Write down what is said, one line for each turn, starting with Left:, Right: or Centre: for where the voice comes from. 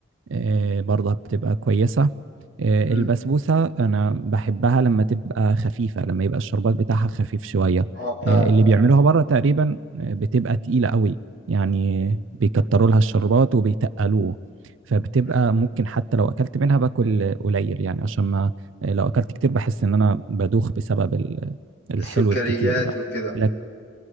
Right: آه، برضه بتبقى كويسة آه،
Left: امم
Right: البسبوسة أنا بحبها لما تبقى خفيفة لما يبقى الشربات بتاعها خفيف شوية
Left: اه فعلا
Right: آه، اللي بيعملوها بره تقريبا آه، بتبقى تقيلة قوي يعني بيكتروا لها الشربات وبيتقلوه فبتبقى
Left: امم
Right: ممكن حتى لو أكلت منها باكل قليل يعني عشان ما آه، لو أكلت كتير بحس إن أنا بدوخ بسبب ال- الحلو
Left: السكريات
Right: الكتير ده
Left: وكده
Right: لك